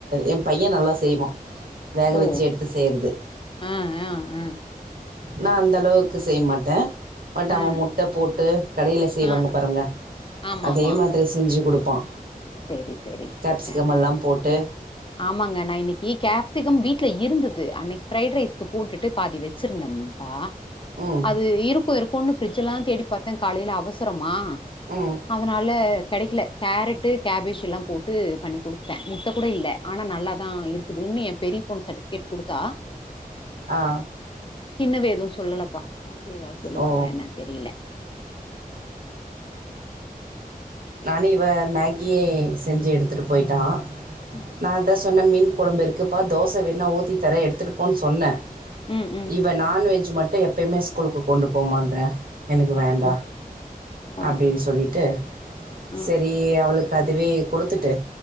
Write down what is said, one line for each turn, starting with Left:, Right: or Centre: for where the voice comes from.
Right: எம் பைய நல்லா செய்வா வேக
Left: ஓ
Right: வச்சு எடுத் த்து செய்றது
Left: ஆ ஆ ஆ
Right: நா அந்த அளவுக்கு செய்ய மாட்டே பட் அவ
Left: ஆ
Right: முட்ட போட்டு கடைல செய்வாங்க
Left: ஆ
Right: பாருங்க
Left: ஆமா
Right: அதே
Left: ஆமா
Right: மாதிரி செஞ்சு குடுப்பா
Left: சேரி சேரி சேரிங்க
Right: கேப்சிகம் எல்லாம் போட்டு
Left: ஆமாங்க நா இன்னைக்கு கேப்சிகம் வீட்ல இருந்தது அன்னைக்கு ஃப்ரைட் ரைஸ்க்கு போட்டுட்டு பாதி வச்சிருந்தே பா
Right: ம்
Left: அது இருக்கு இருக்குனு ஃபிரிட்ஜ்லா தேடி பாத்தே காலைல அவசரமா
Right: ம்
Left: அதனால கெடைக்கல கேரட் ட்டு கேபேஜ் எல்லா போட்டு பண்ணி குடுத்ட்டே முட்ட கூட இல்ல ஆனா நல்லா தா இருக்குதுன் ஏ பெரிய பொண்ணு சர்டிஃபிகேட் குடுத்தா
Right: ஆ
Left: சின்னவ எது சொல்லலப்பா வந்து ஏதா சொல்லுவாலா
Right: ஓ
Left: என்னன் தெரில
Right: நானு இவ மேகியே செஞ்சு எடுத்துட்டு போய்ட்டா
Left: ம்
Right: நா அதா சொன்ன மீன் கொழம்பு இருக்குப்பா தோச வேண்ணா ஊத்தி தரே எடுத்துட்போன் சொன்னே
Left: ம். ம்.
Right: இவ நான்வெஜ் மட்டு எப்பயுமே ஸ்கூலுக்கு கொண்டு போமாட்றே எனக்கு
Left: ம்.
Right: வேண்டா
Left: ம். ஓ!
Right: அப்டின்னு சொல்லிட்டு
Left: ம். ம்.
Right: சரி அவ்ளுக்கு அதுவே குடுத்துட்டு